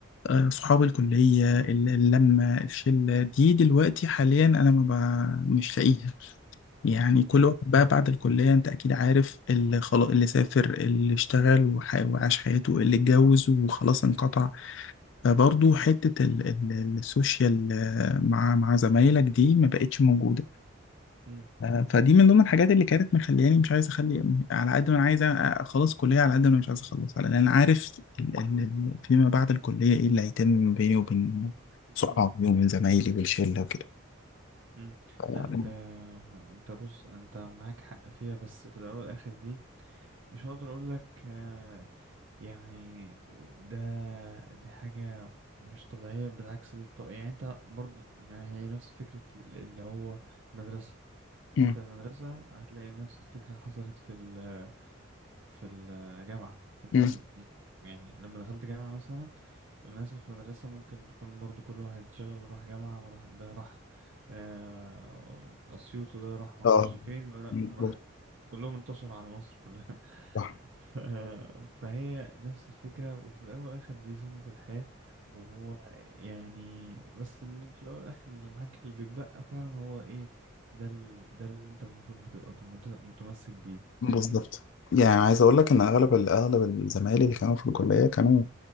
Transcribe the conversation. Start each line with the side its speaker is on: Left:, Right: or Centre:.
Left: آه، صحاب الكلية ال- اللمة الشلة دي دلوقتي حاليا أنا ما ب- مش لاقيها يعني كل
Right: مم،
Left: واحد بقى بعد الكلية انت اكيد عارف اللي خلاص اللي سافر اللي اشتغل وح- وعاش حياته اللي اتجوز وخلاص انقطع فبرضه حتة ال- ال- السوشيال آه، مع مع زمايلك دي ما بقتش موجودة
Right: مم،
Left: آه، فدي من ضمن الحاجات اللي كانت مخلياني مش عايز اخلي على قد ما انا عايز اخلص كلية على قد ما انا مش عايز اخلص لان انا عارف ال- ال- ال- فيما بعد الكلية ايه اللي هيتم بيني وبين
Right: مم،
Left: صحابي وبين زمايلي والشلة وكده
Right: مم.
Left: ف-
Right: لا انت انت بص انت معاك حق فيها بس في الاول والاخر دي مش هقدر اقول لك آه، يعني ده دي حاجة مش طبيعية بالعكس دي طب يعني انت برضو هي نفس فكرة ال- اللي هو مدرسة
Left: مم.
Right: انت المدرسة هتلاقي نفس الفكرة حصلت في ال- في الجامعة انت
Left: مم.
Right: م- يعني لما دخلت جامعة مثلا الناس في المدرسة ممكن تكون برضو كل واحد شغل راح جامعة وراح ده راح آه، أسيوط وده راح معرفش
Left: اه
Right: فين وده
Left: مظبوط
Right: راح كلهم انتشروا على مصر كلها <laughs>
Left: صح
Right: ف... فهي نفس الفكرة وفي الأول والآخر دي سنة الحياة وهو يعني بس اللي في الأول والآخر اللي معاك اللي بيتبقى فعلا هو إيه ده ال... ده اللي أنت المفروض بتبقى مت- متمسك بيه
Left: بالظبط
Right: فاهمني؟
Left: يعني عايز اقول لك ان اغلب ال- اغلب الزمايل اللي كانوا في الكليه كانوا